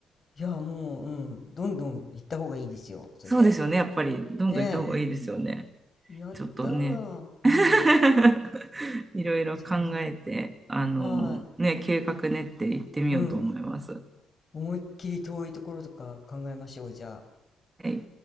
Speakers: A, on the left; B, on the right.
A: いや、もう、うん、どんどん行った方がいいですよ、それ。
B: そうですよね。やっぱりどんどん行った方がいいですよね。
A: ねえ。やったー。
B: ちょっとね。
A: うん。
B: <laughs> いろいろ考えて、
A: じゃ
B: あの、
A: あ、はい。
B: ね、計画練って行ってみようと思います。
A: うん。思いっきり遠いところとか考えましょう、じゃあ。
B: はい